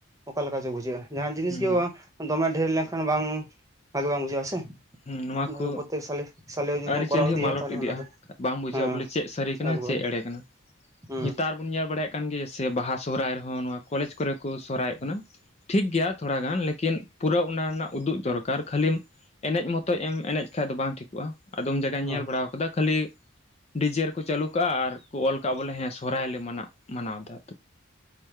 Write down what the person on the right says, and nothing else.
ᱚᱠᱟᱞᱮᱠᱟ ᱪᱚ ᱵᱩᱡᱷᱟᱹᱜᱼᱟ ᱡᱟᱦᱟᱱ ᱡᱤᱱᱤᱥ
ᱜᱮ ᱫᱚᱢᱮ ᱰᱷᱮᱨ ᱞᱮᱱᱠᱷᱟᱱ ᱵᱟᱝ ᱵᱷᱟᱜᱮ ᱵᱟᱝ ᱵᱩᱡᱷᱟᱹᱜᱼᱟ ᱥᱮ
ᱚᱱᱟ
ᱫᱚ ᱯᱨᱚᱛᱮᱠ ᱥᱟᱞᱮ ᱥᱟᱞᱮ ᱡᱩᱫᱤ
ᱵᱚᱱ ᱠᱚᱨᱟᱣ
ᱤᱫᱤᱭᱟ
ᱛᱟᱦᱚᱞᱮ
ᱚᱱᱟ ᱫᱚ
ᱦᱮᱸ
ᱮᱠᱵᱟᱨᱮ
ᱦᱩᱸ
ᱦᱳᱭ